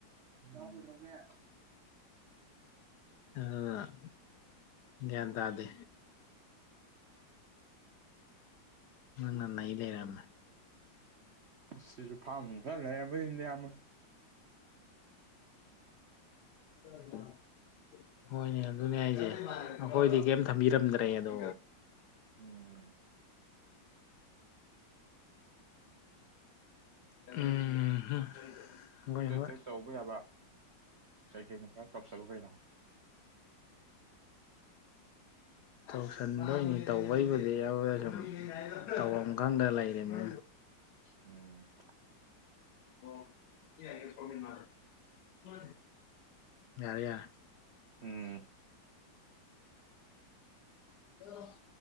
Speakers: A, on the right; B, on the left.
A: ꯑꯝ
B: ꯑ ꯒꯌ꯭ꯥꯟ ꯇꯗꯦ ꯅꯪꯅ ꯅꯩ ꯂꯩꯔꯝꯃꯦ
A: ꯁꯤꯁꯨ ꯐꯥꯝ ꯅꯨꯡ ꯈꯔ ꯂꯩꯔꯝꯝꯕꯩꯁꯤꯅꯦ ꯌꯥꯝ
B: <unintelligible> ꯍꯣꯏꯅꯦ ꯑꯗꯨꯅꯦ ꯑꯩꯁꯦ
A: ꯑ
B: ꯑꯩꯈꯣꯏꯗꯤ ꯀꯩꯝ ꯊꯝꯕꯤꯔꯝꯗ꯭ꯔꯦ ꯑꯗꯣ
A: ꯎꯝ
B: ꯎꯝ ꯍꯣꯏ
A: ꯆꯠ
B: ꯍꯣꯏ
A: ꯆꯦꯠ ꯇꯧꯕ ꯌꯥꯕ ꯀꯩ ꯀꯩꯅꯣ ꯈ ꯇꯧꯁꯜꯂꯨ ꯀꯩꯅꯣ
B: ꯇꯧꯁꯤꯟꯗꯣꯏꯅꯤ ꯇꯧꯕꯩꯕꯨꯗꯤ ꯑꯗꯨ ꯁꯨꯝ ꯇꯧꯐꯝ ꯈꯪꯗ ꯂꯩꯔꯤꯅꯤ
A: ꯎꯝ
B: ꯑꯣ ꯑꯟꯏꯟꯇꯦꯂꯤꯖꯦꯕꯜ ꯃꯥ ꯌꯥꯔꯦ <inaudible> ꯑ
A: ꯎꯝ
B: ꯑ